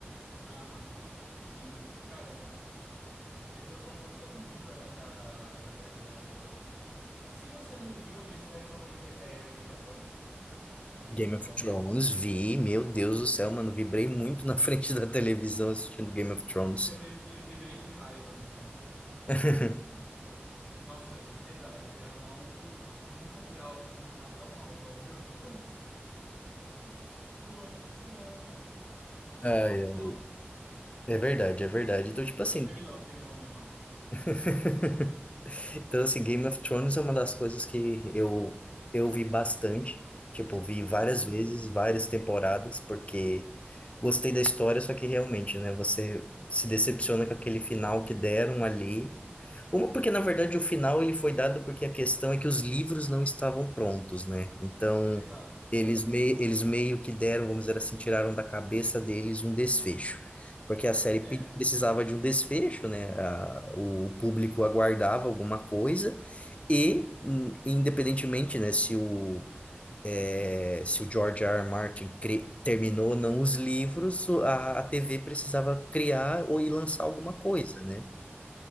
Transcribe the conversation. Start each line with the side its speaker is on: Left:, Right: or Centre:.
Right: Aham. Sim. Cara, eles- eu tô gostando muito da, da, da série The Last of Us. Se você não viu, a minha série favorita é Game of Thrones. Não sei se
Left: Game
Right: você chegou
Left: of
Right: a ver.
Left: Thrones, vi, meu Deus do céu, mano, vibrei muito na <laughs> frente da televisão assistindo Game of Thrones.
Right: Eu, vi- eu vibrei de raiva no final.
Left: <laughs>
Right: Nossa, de verdade, eu não nunca vi algo terminar tão mal igual Game of Thrones. <laughs> Não vou mentir pra você não, cara. Começou
Left: Ai,
Right: meio
Left: ai.
Right: mal.
Left: É verdade, é verdade. Então, tipo assim,
Right: Foi- Terminou, terminou meio mal.
Left: <laughs> Então, assim, Game of Thrones é uma das coisas que eu, eu vi bastante. Tipo, vi várias
Right: Uhum.
Left: vezes, várias temporadas, porque gostei da história, só que realmente, né, você se decepciona com aquele final que deram ali. Uma porque, na verdade, o final ele foi dado porque a questão é que os livros não estavam prontos, né? Então,
Right: Exato,
Left: eles,
Right: exato.
Left: me, eles meio que deram, vamos dizer assim, tiraram da cabeça deles um desfecho. Porque a série
Right: É.
Left: pe- precisava de um desfecho, né? A- o público aguardava alguma coisa e, hum, independentemente, né, se o, eh, se o George R. R. Martin cri- terminou ou não os livros, o- a, a TV precisava criar ou ir lançar alguma coisa,
Right: Uhum.
Left: né?